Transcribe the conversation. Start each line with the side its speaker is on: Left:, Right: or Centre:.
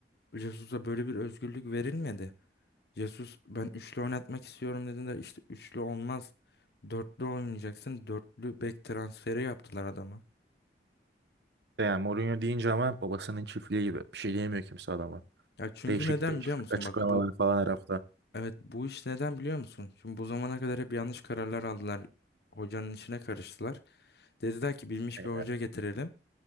Left: Jesus'a böyle bir özgürlük verilmedi. Jesus ben üçlü oynatmak istiyorum dedin de işte üçlü olmaz. Dörtlü oynayacaksın. Dörtlü bek transferi yaptılar adama.
Right: De Yani Mourinho deyince ama babasının çiftliği gibi. Bir şey diyemiyor kimse adama.
Left: Ya çünkü
Right: Değişik
Left: neden
Right: değişik
Left: biliyor musun?
Right: açıklamalar
Left: Bak bu
Right: falan her hafta.
Left: evet bu iş neden biliyor musun? Şimdi bu zamana kadar hep yanlış kararlar aldılar. Hocanın işine karıştılar. Dediler ki bilmiş
Right: Aynen.
Left: bir hoca getirelim.